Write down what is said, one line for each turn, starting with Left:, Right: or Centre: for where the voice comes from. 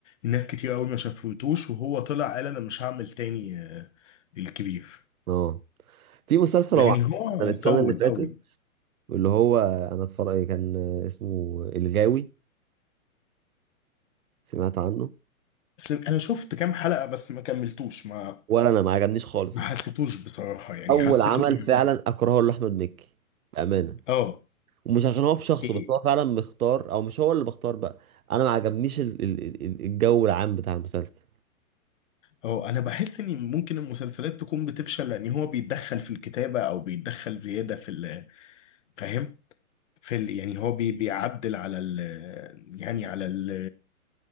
Left: الناس كتير قوي ما شافوتوش وهو طلع قال أنا مش هعمل تاني آه، الكبير
Right: اه في مسلسل
Left: لأن
Right: هو
Left: هو
Right: عمل السنة
Left: طول
Right: اللي فاتت
Left: قوي
Right: اللي هو أنا اتفرج كان اسمه الغاوي سمعت عنه
Left: بس أنا شفت كام حلقة بس ما كملتوش ما
Right: ولا أنا ما عجبنيش خالص
Left: ما
Right: الصراحة
Left: حسيتوش بصراحة يعني
Right: أول
Left: حسيته
Right: عمل
Left: إني-
Right: فعلا أكرهه لأحمد مكي بأمانة
Left: اه
Right: ومش عشان هو بشخصه
Left: ايه
Right: بس هو فعلا مختار أو مش هو اللي بختار بقى أنا ما عجبنيش ال- ال- ال- ال- الجو العام بتاع المسلسل
Left: اه انا بحس ان ممكن المسلسلات تكون بتفشل لان هو بيتدخل في الكتابة او بيتدخل زيادة في ال- فاهم في ال- يعني هو بي بيعدل على ال يعني على ال